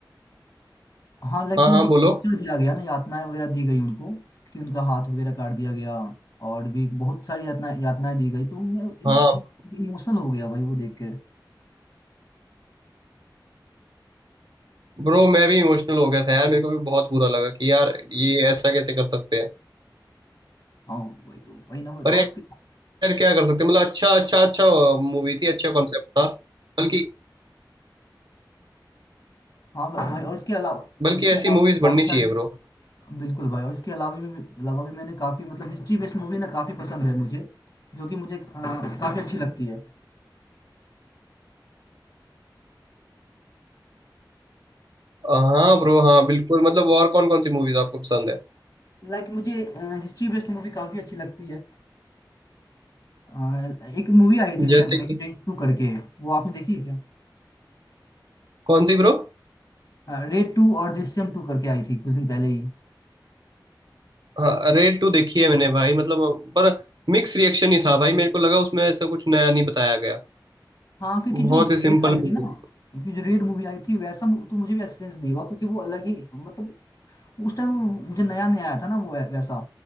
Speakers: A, on the left; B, on the right.
A: हाँ लाइक
B: हाँ
A: जो
B: हाँ
A: उनको टॉर्चर
B: बोलो
A: दिया गया ना यातनाएं वगैरह दी गई उनको कि उनका हाथ वगैरह काट दिया गया और भी बहुत सारी यातना यातनाएं दी गई तो मैं
B: हाँ
A: इमोशनल हो गया भाई वो देख के
B: ब्रो मैं भी इमोशनल हो गया था यार मेरे को भी बहुत बुरा लगा कि यार ये ऐसा कैसे कर सकते हैं
A: हाँ वही तो, वही ना और
B: पर यार क्या कर सकते हैं मतलब अच्छा अच्छा अच्छा मूवी थी अच्छा कॉन्सेप्ट था बल्कि
A: हाँ भा- भाई और इसके अलावा
B: बल्कि
A: इसके
B: ऐसी
A: अलावा
B: मूवीज
A: भी काफी
B: बननी
A: सारी
B: चाहिए ब्रो
A: बिल्कुल भाई और इसके अलावा भी अलावा भी मैंने काफी मतलब हिस्ट्री बेस्ड मूवी ना काफी पसंद है मुझे जो कि मुझे अ, काफी अच्छी लगती है
B: हाँ ब्रो हाँ बिल्कुल मतलब और कौन कौन सी मूवीज आपको पसंद है
A: लाइक like, मुझे हिस्ट्री बेस्ड मूवी काफी अच्छी लगती है अ, एक मूवी आई थी रिसेंट
B: जैसे कि
A: में रेड टू करके वो आपने देखी है क्या
B: कौन सी ब्रो
A: रेड टू और दृश्यम टू करके आई थी कुछ दिन पहले ही
B: हाँ रेड टू देखी है मैंने भाई मतलब पर मिक्स रिएक्शन ही था भाई मेरे को लगा उसमें ऐसा कुछ नया नहीं बताया गया
A: हाँ क्योंकि
B: बहुत
A: जो
B: ही
A: रेड
B: सिंपल
A: आई
B: मूवी
A: थी ना क्योंकि जो रेड मूवी आई थी वैसा मु- तो मुझे भी एक्सपीरियंस नहीं हुआ क्योंकि वो अलग ही मतलब उस टाइम मुझे नया नया आया था ना वो वै- वैसा